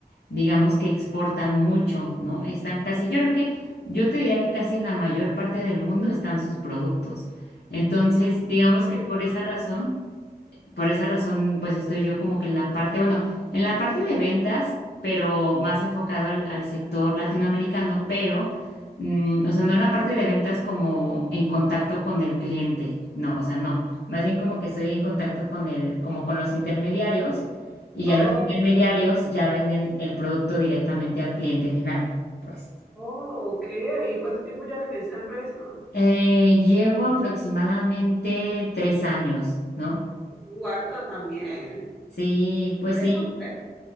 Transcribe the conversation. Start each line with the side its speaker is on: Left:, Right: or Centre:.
Left: digamos que exportan mucho, ¿no? Están casi, yo creo que yo te diría que casi en la mayor parte del mundo están sus productos. Entonces, digamos
Centre: ¿Cómo
Left: que
Centre: se
Left: por
Centre: llama?
Left: esa razón, por esa razón, pues estoy yo como que en la parte, bueno, en la parte de ventas, pero más enfocado al, al sector latinoamericano, pero, mm, o sea, no en la parte de ventas como en contacto con el cliente, no, o sea, no, más bien como que estoy en contacto con el, como con los intermediarios y ya
Centre: Oh,
Left: los intermediarios ya venden el producto directamente al cliente final, pues.
Centre: oh, ok. ¿Y cuánto tiempo llevas en esa empresa?
Left: Eh, llevo aproximadamente tres años, ¿no?
Centre: Uh, harto también.
Left: Sí, pues
Centre: ¿Tres
Left: sí,
Centre: o no